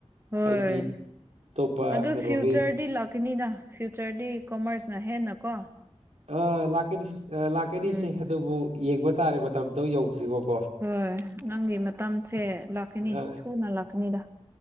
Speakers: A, on the right (about 20°); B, on the right (about 75°).
A: ꯍꯣꯏ
B: ꯍꯥꯏꯗꯤ ꯑꯇꯣꯞꯄ
A: ꯑꯗꯨ
B: ꯀꯩꯅꯣꯒꯤ
A: ꯐ꯭ꯌꯨꯆꯔꯗꯤ ꯂꯥꯛꯀꯅꯤꯅ ꯐ꯭ꯌꯨꯆꯔꯗꯤ ꯀꯣꯃꯔꯁꯅ ꯍꯦꯟꯅ ꯀꯣ
B: ꯑ ꯂꯥꯛꯀꯅꯤ ꯂꯥꯛꯀꯅꯤ
A: ꯎꯝ
B: ꯏꯆꯦ ꯑꯗꯨꯕꯨ ꯌꯦꯡꯕ ꯇꯥꯔꯦ ꯃꯇꯝꯗꯣ ꯌꯧꯗ꯭ꯔꯤꯕꯥꯎ
A: ꯍꯣꯏ ꯅꯪꯒꯤ ꯃꯇꯝꯁꯦ ꯂꯥꯛꯀꯅꯤ
B: ꯑꯥ
A: ꯊꯨꯅ ꯂꯥꯛꯀꯅꯤꯗ